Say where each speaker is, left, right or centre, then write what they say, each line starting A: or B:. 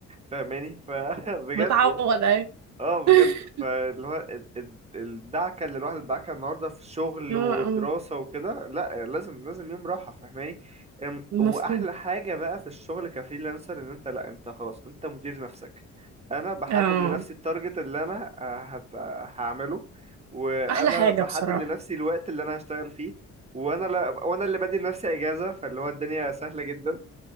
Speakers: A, on the right; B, on the right.
A: فاهماني فبجد
B: بتعوض
A: <laughs>
B: اهي
A: اه
B: <laughs>
A: بجد فاللي هو ال- ال- الدعكه اللي الواحد ادعكها النهارده في شغل
B: اه
A: ودراسه
B: اه
A: وكده لا لازم لازم يوم راحه فاهماني ام-
B: مفهوم
A: واحلى حاجه بقى في الشغل كفريلانسر ان انت لا انت خلاص انت مدير نفسك انا بحدد
B: اه
A: لنفسي التارجت اللي انا آه، هت... هعمله وانا
B: احلى حاجه
A: بحدد
B: بصراحه
A: لنفسي الوقت اللي انا هشتغل فيه وانا لا وانا اللي بدي لنفسي اجازه فاللي هو الدنيا سهله جدا